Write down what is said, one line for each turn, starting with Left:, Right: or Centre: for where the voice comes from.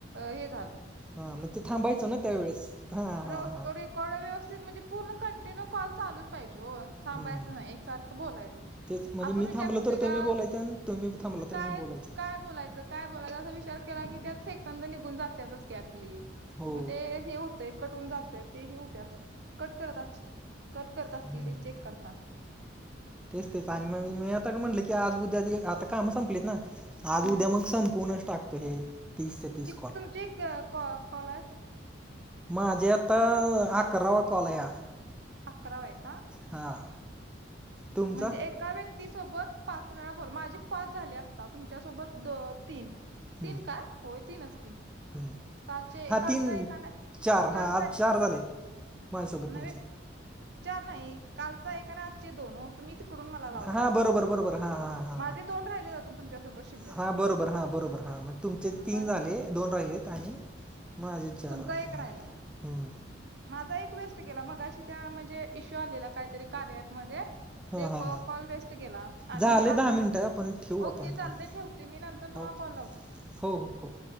Right: हे झालं.
Centre: हा मग ते थांबायचं ना त्यावेेळेस हा हा
Right: रेकॉ
Centre: हा
Right: रेकॉर्ड व्यवस्थित म्हणजे पूर्ण कंटिन्यू कॉल चालूच पाहिजे ओ थांबायचं
Centre: हम्म
Right: नाही. सारखं बोलायचंच
Centre: तेच म्हणजे
Right: आपण
Centre: मी
Right: विचार
Centre: थांबलो
Right: करतोय
Centre: तर
Right: का
Centre: तुम्ही बोलायचं आणि तुम्ही थांबला तर
Right: काय
Centre: मी बोलायचं
Right: काय बोलाय. काय बोलायच अस विचार केला की त्यात सेकंद निघून जात्यातच की आपली
Centre: हो
Right: मग ते ते कटहून जात्यात ते हे होत्यात कट करत असतील कट करत असतील
Centre: हम्म
Right: ते चेक करता
Centre: तेच तेच आणि मग मी आता न म्हटलं की आज, उद्या आता काम संपलेत ना. आज
Right: हम्म
Centre: उद्या मग संपवूनच टाकतो हे तीसचे तीस
Right: किती
Centre: कॉल
Right: तुमचे अ कॉ कॉ कॉल आहेत.
Centre: माझ्या आता अ अकरावा कॉलय हा
Right: अकरावा आहे का
Centre: हा तुमचा
Right: म्हणजे एका व्यक् ती सोबत पाच वेळा बोल माझे पाच झाले आता तुमच्यासोबत दो तीन
Centre: हम्म,
Right: तीन काय होय तीनच की.
Centre: हम्म.
Right: कालचे
Centre: हा
Right: कालचं
Centre: तीन
Right: एक अन्
Centre: चार
Right: कालच
Centre: हा आज
Right: एक
Centre: चार झाले माझ्यासोबत
Right: नव्हे
Centre: तुमचे
Right: चार नाही कालचा एक आणि आजचे दोन ओ. तुम्ही तिकडून मला लावलाय
Centre: हा
Right: आज
Centre: बरोबर
Right: ह्यो
Centre: बरोबर हा हा हा
Right: माझे
Centre: हा
Right: दोन राहिले आजुन तुमच्यासोबत शिल्लक.
Centre: हा बरोबर हा बरोबर हा म तुमचे
Right: हम्म
Centre: तीन
Right: मग
Centre: झाले, दोन राहिलेत आणि माझे चार
Right: तुमचा
Centre: असे
Right: एक
Centre: हा
Right: राहिलाय
Centre: हम्म
Right: माझा एक वेस्ट गेला मगाशी त्या म्हणजे इश्यू आलेला काहीतरी कार्या ऍपमध्ये
Centre: हा
Right: ते
Centre: हा
Right: कॉ
Centre: हा
Right: कॉल वेस्ट गेला आणि
Centre: झाले दहा
Right: आधी
Centre: मिनटं पण ठेवू
Right: ओके
Centre: आपण फोन
Right: चालते ठेवते मी नंतर तर तुम्हाला
Centre: हो
Right: कॉल लावते.
Centre: हो हो हो